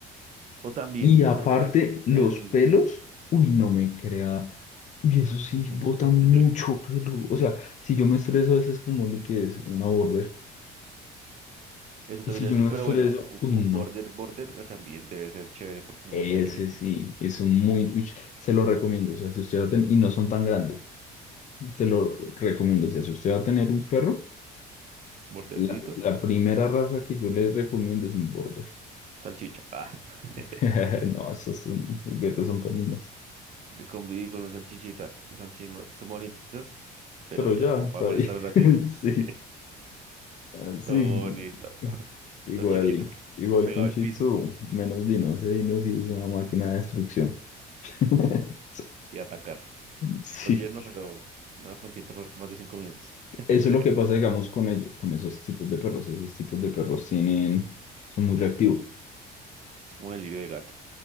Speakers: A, on the right; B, on the left.
A: O también,
B: Y aparte,
A: ¿sabe cuál?
B: los
A: El...
B: pelos, uy, no me crea. Uy, eso sí,
A: <laughs>
B: bota mucho pelo. O sea, si yo me estreso, a veces como Oli, que es una border.
A: Eso
B: Y
A: también
B: si
A: iba
B: yo
A: a decir,
B: me
A: pero
B: estreso,
A: bueno, u-
B: uy,
A: un
B: no.
A: border border también debe ser chévere porque son
B: Ese
A: muy inteligentes.
B: sí, es un muy. uy, se lo recomiendo. O sea, si usted va a tener. Y no son tan grandes. Se lo recomiendo. O sea, si usted va a tener un perro,
A: Bordercito,
B: la, la primera raza que yo le recomiendo es un border.
A: salchicha. Ah. <laughs>
B: <laughs> No, esos son juguetes, son para niñas.
A: Yo conviví con un salchichita, son chimbos, son bonitos, pero
B: pero
A: ya,
B: ya,
A: como
B: está
A: para molestar
B: ahí.
A: un ratico.
B: <laughs> Sí.
A: <laughs> sí.
B: Así.
A: Todo bonito,
B: Igual,
A: todo chiquito, <laughs>
B: igual
A: pegado
B: que un
A: al
B: Shih
A: piso
B: Tzu, menos Dino. Ese Dino sí es una máquina de destrucción. <laughs>
A: <laughs> y atacar.
B: Sí.
A: Todo tierno, pero no consiente por más de cinco minutos. <laughs>
B: Eso es lo que pasa, digamos, con ellos, con esos tipos de perros. Esos tipos de perros tienen, son muy reactivos.
A: Es como delirio de gato.